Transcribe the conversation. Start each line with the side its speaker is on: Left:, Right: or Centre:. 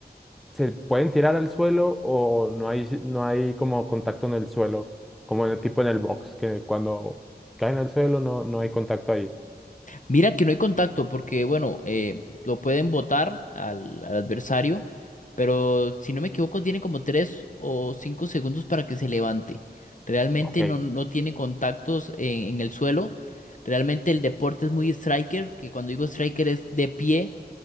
Centre: se pueden tirar al suelo o no hay, no hay como contacto en el suelo? Como en el tipo en el box, que cuando caen al suelo no, no hay contacto ahí.
Left: Mira que no hay contacto porque, bueno, eh, lo pueden botar al, al adversario, pero si no me equivoco tiene como tres o cinco segundos para que se levante. Realmente
Centre: Ok,
Left: no, no tiene contactos en, en el suelo. Realmente el deporte es muy striker, que cuando digo striker es de pie,